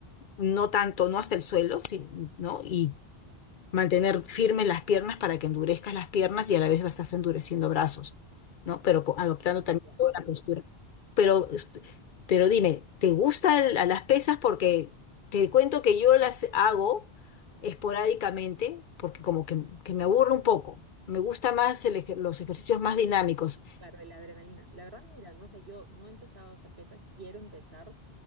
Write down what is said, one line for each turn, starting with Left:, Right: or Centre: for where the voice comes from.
Left: no tanto, no hasta el suelo, sí, ¿no? Y mantener firmes las piernas para que endurezcas las piernas y a la vez vas a estar endureciendo brazos, ¿no? Pero co- adoptando
Right: Ah,
Left: también
Right: ya,
Left: toda
Right: ok.
Left: la postura. Pero, est- pero dime, ¿te gustan la- las pesas? Porque te cuento que yo las hago esporádicamente porque como que, que me aburre un poco. Me gusta más el ej- los ejercicios más dinámicos.
Right: Claro, la adrenalina. La verdad, mira, no sé, yo no he empezado a hacer pesas, quiero empezar.